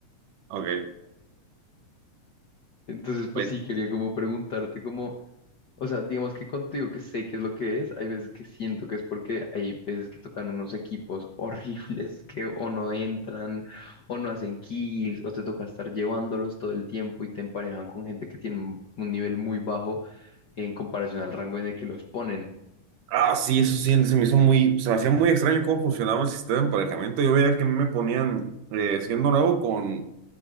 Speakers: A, on the right; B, on the left.
A: ok.
B: Entonces, pues
A: Pues,
B: sí, quería como preguntarte como O sea, digamos que cuando te digo que sé qué es lo que es, hay veces que siento que es porque hay veces que tocan unos equipos <laughs> horribles que o no entran o no hacen kills o te toca estar llevándolos todo el tiempo y te emparejan con gente que tiene un un nivel muy bajo en comparación al rango en el que los ponen.
A: ah, sí, eso sí, se me hizo muy, se me hacía muy extraño cómo funcionaba el sistema de emparejamiento. Yo veía que me ponían eh, siendo nuevo con